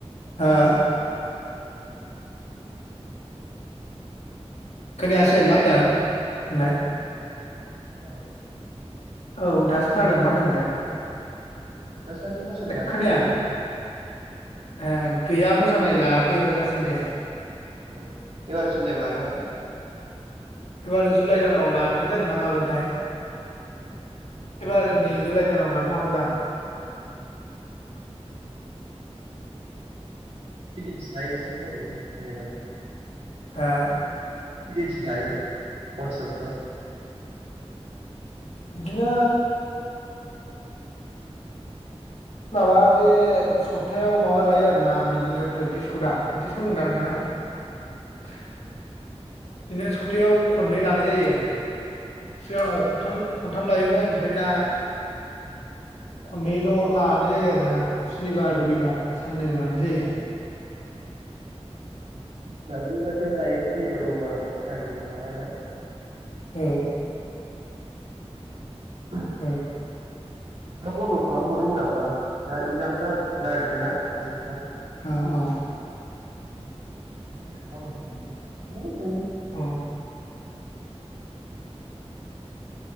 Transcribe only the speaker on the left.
हा खोनायासै मा होनदों होनलाय।
औ दासो
खोनादों मा
होनदोंमोनथाय।
खोनाया
ए गैया मोसानाय लायाखै हो दासानदिहाय।
एबार जुलाइ दानाव लानाय जागोन ना मागोनथाय।
एबार
नै जुलाइ दानाव ला नोहागौदां
हो
बिदिनो माबा बे सप्थायाव माबा लायो आरोना बिदिनो प्रेक्टिसखौ दा प्रेक्टिसखौ ओनदों नोङो
ना?
बिदिनो सब्थायाव खननै लानाय जायो सिगाङाव खबथाम खनथाम लायोमोन ओमफ्राय दा
खननैल' लानाय जायो आरो ना सुनिबार
रबिबार साननैल' लानाय जायो
औ
औ
औ औ
औ